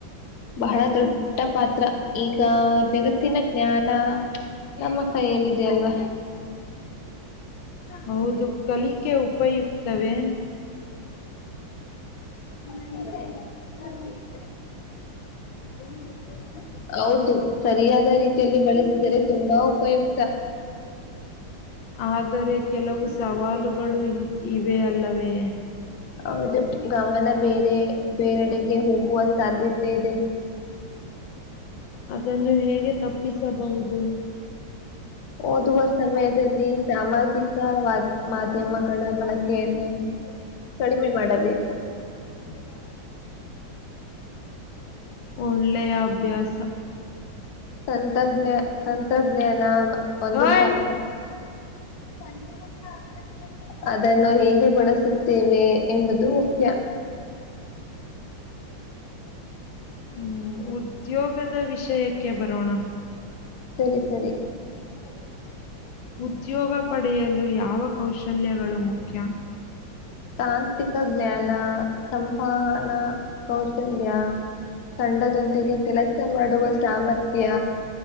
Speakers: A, on the left; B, on the left.
A: ಬಹಳ ದೊಡ್ಡ ಪಾತ್ರ ಈಗ ಜಗತ್ತಿನ ಜ್ಞಾನ ನಮ್ಮ ಕೈಯಲ್ಲಿದೆ ಅಲ್ವ
B: ಹೌದು ಕಲಿಕೆ ಉಪಯುಕ್ತವೇ
A: ಹ ಇಲ್ಲ ಇಲ್ಲ ಪರ್ <inaudible>
B: <inaudible>
A: ಹೌದು ಸರಿಯಾದ ರೀತಿಯಲ್ಲಿ ಬೆಳೆಸಿದರೆ ತುಂಬಾ ಉಪಯುಕ್ತ.
B: ಆದರೆ ಕೆಲವು ಸವಾಲುಗಳು ಇ ಇವೆ ಅಲ್ಲವೇ
A: ಹೌದು ಗವಲ್ಲ ಬೇರೆ ಬೇರೆಡೆಗೆ ಹೋಗುವ ಸಾಧ್ಯತೆ ಇದೆ.
B: ಅದನ್ನು ಹೇಗೆ ತಪ್ಪಿಸಬಹುದು.
A: ಓದುವ ಸಮಯದಲ್ಲಿ ಸಾಮಾಜಿಕ ವ ಮಾಧ್ಯಮಗಳ ಬಳಕೆಯನ್ನು ಕಡಿಮೆ ಮಾಡಬೇಕು. <unintelligible>
B: ಒಳ್ಳೆಯ ಅಭ್ಯಾಸ.
A: ತಂತ್ರಜ್ಞ ತಂತ್ರಜ್ಞಾನ ಒಂದು
B: ಓಯ್!
A: ಸಾಧ <unintelligible> ಅದನ್ನು ಹೇಗೆ ಬಳಸು ತ್ತಿವಿ ಎಂಬುದು ಮುಖ್ಯ.
B: ಹ್ಮ್ ಉದ್ಯೋಗದ ವಿಷಯಕ್ಕೆ ಬರೋಣ.
A: ಸರಿ ಸರಿ <unintelligible>
B: ಉದ್ಯೋಗ ಪಡೆಯಲು ಯಾವ ಕೌಶಲ್ಯಗಳು ಮುಖ್ಯ.
A: ತಾಂತ್ರಿಕ ಜ್ಞಾನ ಸಂವಹನ ಕೌಶಲ್ಯ ತಂಡದೊಂದಿಗೆ ಕೆಲಸ ಮಾಡುವ ಸಾಮರ್ಥ್ಯ